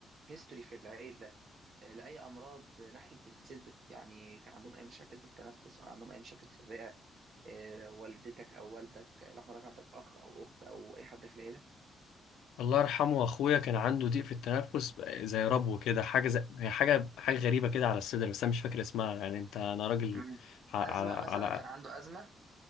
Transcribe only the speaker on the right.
هيستوري في العيله لاي امراض ناحيه الصدر يعني كان عندهم اي مشاكل في التنفس او عندهم اي مشاكل في الرئه آه، والدتك او والدك لو حضرتك عندك اخ او اخت او اي حد في العيله
مم.
ازمه
مثلا كان عنده ازمه